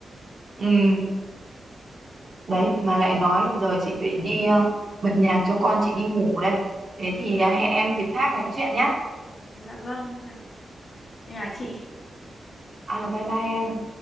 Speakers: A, on the right; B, on the left.
A: ừ đấy mà lại nói giờ chị phải đi ờ, bật nhạc cho con chị đi ngủ đây thế thì ờ, hẹn em dịp khác nói chuyện nhá
B: dạ vâng nên là chị
A: à bye bye em